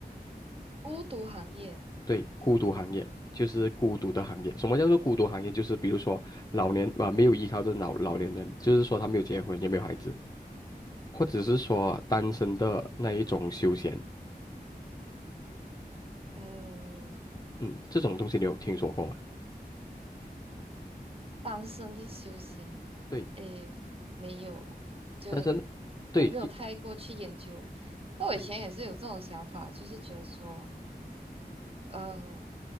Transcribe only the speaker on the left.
对，孤独行业。就是孤独的行业。什么叫做孤独行业？就是比如说老年啊，没有依靠的老老年人，就是说他没有结婚，也没有孩子，或者是说单身的那一种休闲，
嗯，这种东西你有听说过吗？
对，
单身，对，
就
嗯